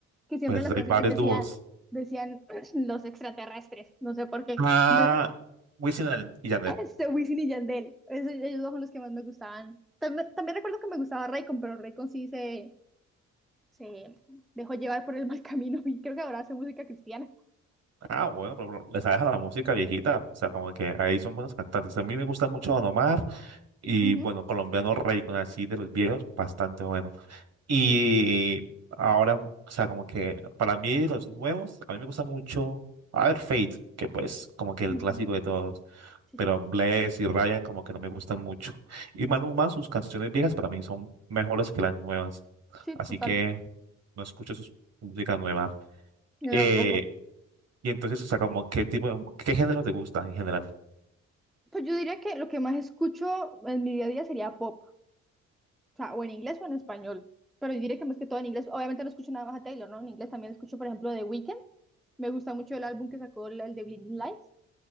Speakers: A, in the centre; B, on the right.
A: Que siempre
B: Pues
A: las canciones
B: hay varios
A: decían,
B: dúos.
A: decían <clears throat> los extraterrestres. No sé por qué.
B: Ah,
A: Como yo-
B: Wisin el- y Yandel.
A: Este, Wisin y Yandel. esos ellos dos son los que más me gustaban. También, también recuerdo que me gustaba Raycon, pero Raycon sí se, se dejó llevar por el mal camino y creo que ahora hace música cristiana.
B: Ah, bueno, pero, pero les deja la música viejita. O sea, como que ahí son buenos cantantes. A mí me gusta mucho Don Omar. Y
A: Ujú,
B: bueno, colombiano con así de los viejos, bastante bueno. Y
A: Sí.
B: ahora, o sea, como que para mí los nuevos, a mí me gusta mucho, a ver, Fate, que pues como que
A: Ujú,
B: el clásico de todos,
A: Sí,
B: pero
A: sí.
B: Bless y Ryan como que no me gustan mucho. Y Maluma, sus canciones viejas para mí son mejores que las nuevas,
A: Sí,
B: así
A: total.
B: que no escucho sus- su música nueva.
A: Yo
B: Eh,
A: tampoco.
B: y entonces, o sea, como qué tipo, de- qué género te gusta en general.
A: Pues yo diría que lo que más escucho en mi día a día sería pop. O sea, o en inglés o en español. Pero yo diré que más que todo en inglés. Obviamente no escucho nada más a Taylor, ¿no? En inglés también escucho, por ejemplo, The Weeknd. Me gusta mucho el álbum que sacó el, el de Blinding Lights.